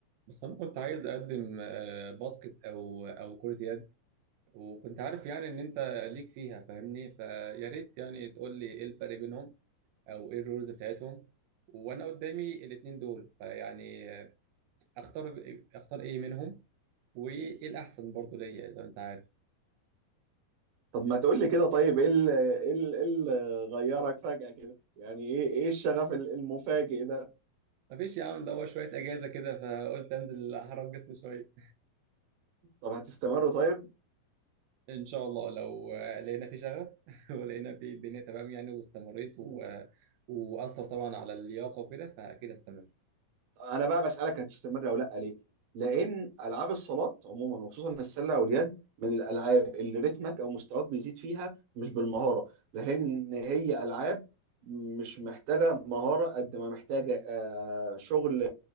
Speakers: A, on the right; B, on the right.
A: بس انا كنت عايز اقدم آه، باسكت او او كرة يد وكنت عارف يعني ان انت ليك فيها فاهمني فيا ريت يعني تقول لي ايه الفرق بينهم او ايه الرولز بتاعتهم وانا قدامي الاتنين دول فيعني آه، اختار اختار ايه منهم وايه الاحسن برضو ليا لو انت عارف
B: طب ما تقول لي كده طيب ايه اللي ايه اللي إيه اللي غيرك فجأة كده يعني ايه ايه الشغف ال- المفاجئ ده
A: مفيش يا عم ده هو شوية اجازة كده فقلت انزل احرك جسمي شوية
B: طب هتستمر طيب
A: ان شاء الله لو آه، لقينا في شغف <laughs> ولقينا في الدنيا تمام يعني واستمريت و...
B: مم.
A: واثر طبعا على اللياقة وكده فاكيد هستمر
B: انا بقى بسالك هتستمر او لا ليه لان العاب الصالات عموما وخصوصا السله واليد من الالعاب اللي رتمك او مستواك بيزيد فيها مش بالمهاره لان هي العاب مش محتاجه مهاره قد ما محتاجه آه، شغل